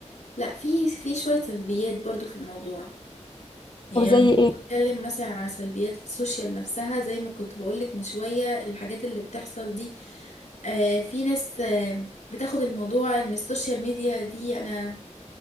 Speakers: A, on the left; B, on the left.
A: لا في في شوية سلبيات برضو في الموضوع يعني
B: طب زي
A: لما
B: ايه
A: كنت بتتكلم مثلا على سلبيات السوشيال نفسها زي ما كنت بقولك من شوية الحاجات اللي بتحصل دي آه في ناس آه بتاخد الموضوع ان السوشيال ميديا دي انا